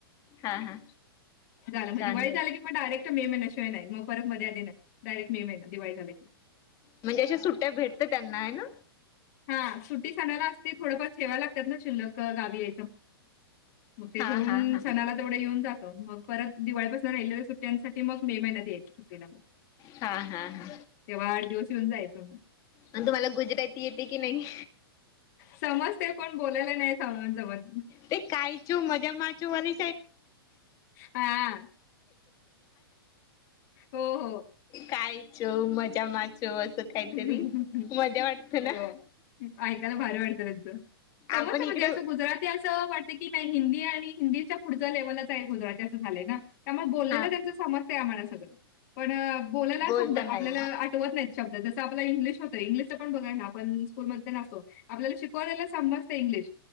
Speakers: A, on the left (about 30°); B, on the left (about 45°).
A: हा हा
B: झाला मग
A: चांगले
B: दिवाळी झाल मग डायरेक्ट मे महिन्याशिवाय नाही मग फरक मध्ये आधी नाही डायरेक्ट मे महिन दिवाळी झाला की
A: म्हणजे अशा सुट्ट्या भेटतं त्यांना आहे ना.
B: हा सुट्टी सनायला असते थोडंफार ठेवा लागतात ना शिल्लक गावी म्हंग ठे
A: हा हा हा
B: सणा तेवढ येऊन जात मग परत दिवाळीपासून राहि मग मे महिन्यात यायचे होते ना मग.
A: हा हा हा
B: तेव्हा आठ दिवसयेऊन जायचं.
A: मण तुम्हाला गुजराती येते की नाही.
B: समजते कोण बोललेले नाही जमत.
A: ते कायचो मजा मारचो वाले
B: हा हो हो
A: खायचो मजा माचो असं काहीतरी
B: अ,
A: मजा वाटत ना
B: ऐकायला भार वाटतं त्यांचं समज
A: आपण
B: स
A: इकडे
B: म्हणजे असं गुजरात ते असं वाटत की नाही हिंदी आणि हिंदीच्या पुढचा लेव्हलच एक गुजरात असं झालंय ना त्यामुळे बोललेला
A: हा
B: त्यांच समजतय आमला सगळं पण बोलायला
A: बोलता
B: समज
A: नाही
B: आपल्याला होत नाही शब्द जसं आपला इंग्लिश होतं इंग्लिश पण बघाय ना आपण स्कूलमध्ये आपल्याला शिकवलेलं समजत इंग्लिश.